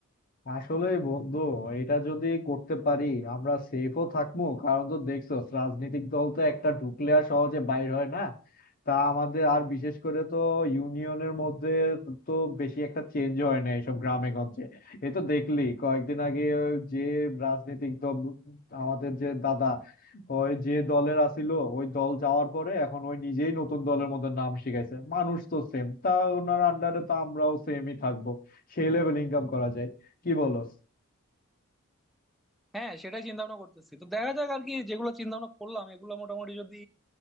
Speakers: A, on the left; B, in the centre.
A: আসলে বন্ধু এটা যদি করতে পারি আমরা সেফও থাকবো কারণ তো দেখছো রাজনৈতিক দল তো একটা ঢুকলে আর সহজে বাইর হয় না তা আমাদের আর বিশেষ করে তো ইউনিয়নের মধ্যে তো বেশি একটা চেঞ্জ হয় না এসব গ্রামে গঞ্জে এ তো দেখলি কয়েকদিন আগে যে রাজনৈতিক দল আমাদের যে দাদা ওই যে দলের আছিল ওই দল যাওয়ার পরে এখন ওই নিজেই নতুন দলের মধ্যে নাম শিখাইছে মানুষ তো সেম তা ওনার আন্ডারে তো আমরাও সেমই থাকবো সেই লেভেল ইনকাম করা যায় কি বলস
B: হ্যাঁ সেটাই চিন্তা ভাবনা করতেছি তো দেখা যাক আর কি যেগুলো চিন্তা ভাবনা করলাম এগুলো মোটামুটি যদি